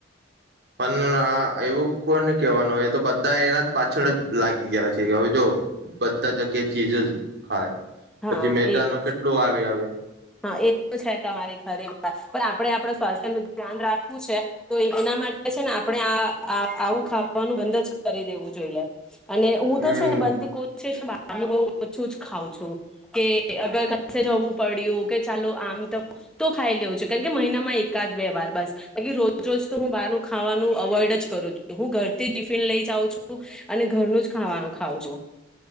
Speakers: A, on the right; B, in the centre.
A: પંદના એવું, કોને કેવાનું હોય તો બધા એન પાછળ લાગી ગઈલા છે. કે હવે, જો બધા જગ્યાથી ચીજ ખાય, પછી
B: હા
A: મેદા
B: એ તો
A: નો
B: છે
A: કેટલો આવે હવે.
B: હા, એતો છે, તમારી ખરી વાત, પણ આપણે આપણ‌ સ્વાસ્થ્ય નું ધ્યાન રાખવું છે, તો એના માટે છે ને આપણે આ આવું ખાવાનું બંધ જ કરી દેવું જોઈએ. અને હુંતો
A: હમ
B: છે, ને બનતી કોઈ છે જ‌ બાર નું ઓછું જ ખાવ છું, કે અગર ક જવું પડ્યું કે ચાલો આમ તો, તો ખાઈ લેઉ છું, કારણકે મહિનામાં એકાદ બે વાર બસકી રોજ- રોજ તો હું બહાર ખાવાનું અવોઈડ જ કરું છું, હું ઘરથી ટિફિન લઈ જાઉં છું, અને ઘરનું જ ખાવાનું ખઉં છું.